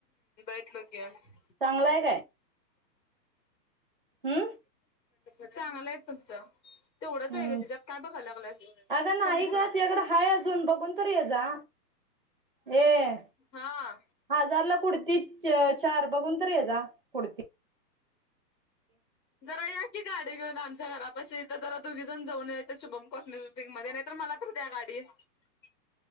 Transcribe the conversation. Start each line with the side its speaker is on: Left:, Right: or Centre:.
Left: <unintelligible>
Right: चांगल आहेत. हम्म
Left: चांगल आहे तुमचं. तेवढंच
Right: हम्म
Left: आहे ग तिच्यात काय बघाय लागल्यास
Right: अगं नाही
Left: चल घरला.
Right: ग तुझ्याकडे हाय अजून बघून तर ये जा. ये.
Left: हा
Right: हजारला कुडती च चार बघून तर ये जा कुडती.
Left: जरा या या की गाडी घेऊन आमच्या घरापशी इथ जरा दोघी जण जाऊन येऊया इथं शुभम कॉस्मेटिक मध्ये. नाही तर मला तर द्या गाडी. <unintelligible>